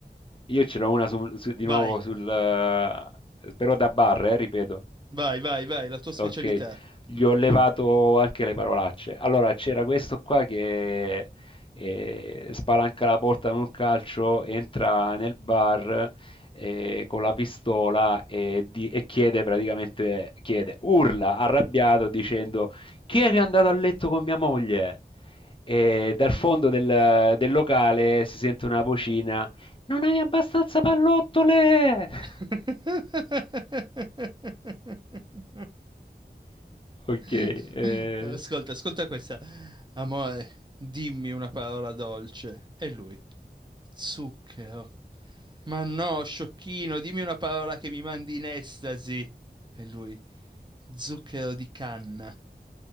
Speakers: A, on the left; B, on the right.
A: Io ce n'ho una sul- su- di
B: vai,
A: nuovo sul... eh, però da bar, eh, ripeto.
B: vai, vai, vai, la tua specialità.
A: Ok, gli ho levato anche le parolacce. Allora, c'era questo qua che eh, spalanca la porta con un calcio, entra nel bar eh, con la pistola e, di- e chiede praticamente, chiede, urla arrabbiato dicendo chi è che è andato a letto con mia moglie? E dal fondo del, del locale si sente una vocina non hai abbastanza pallottole!
B: <laughs>
A: <laughs> Ok,
B: <laughs>
A: eh,
B: Ascolta, ascolta questa. Amore, dimmi una parola dolce. E lui, zucchero. Ma no, sciocchino, dimmi una parola che mi mandi in estasi. E lui, zucchero di canna.